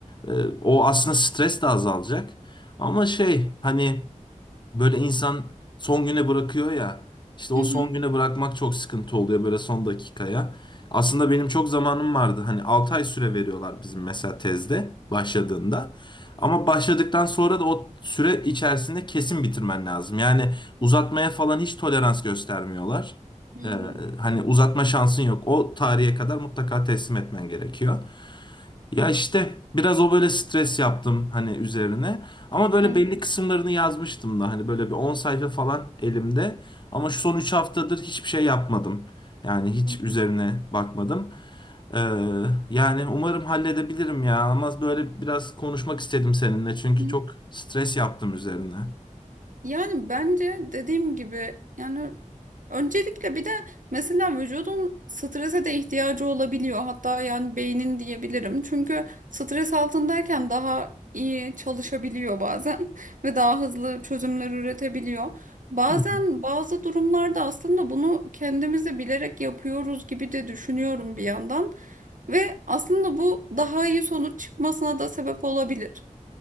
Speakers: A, on the left; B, on the right.
A: e, o aslında stres de azalacak. Ama şey hani Böyle insan son güne bırakıyor ya. İşte o
B: Hı hı.
A: son güne bırakmak çok sıkıntı oluyor böyle son dakikaya. Aslında benim çok zamanım vardı. Hani 6 ay süre veriyorlar bizim mesela tezde başladığında. Ama başladıktan sonra da o süre içerisinde kesin bitirmen lazım. Yani uzatmaya falan hiç tolerans göstermiyorlar.
B: Hmm,
A: Ee, hani uzatma şansın yok. O tarihe kadar mutlaka teslim etmen gerekiyor. Ya işte biraz o böyle stres yaptım hani üzerine. Ama böyle
B: anladım.
A: belli kısımlarını yazmıştım da hani böyle bir 10 sayfa falan elimde. Ama şu son 3 haftadır hiçbir şey yapmadım. Yani hiç
B: Hı hı.
A: üzerine bakmadım. Ee, yani umarım halledebilirim ya. Ama böyle biraz konuşmak istedim seninle çünkü
B: hı hı.
A: çok stres yaptım üzerine.
B: Yani bence dediğim gibi yani öncelikle bir de mesela vücudun strese de ihtiyacı olabiliyor. Hatta yani beynin diyebilirim. Çünkü stres altındayken daha iyi çalışabiliyor bazen <laughs> ve daha hızlı çözümler üretebiliyor. Bazen
A: hı.
B: bazı durumlarda aslında bunu kendimizi bilerek yapıyoruz gibi de düşünüyorum bir yandan ve aslında bu daha iyi sonuç çıkmasına da sebep olabilir.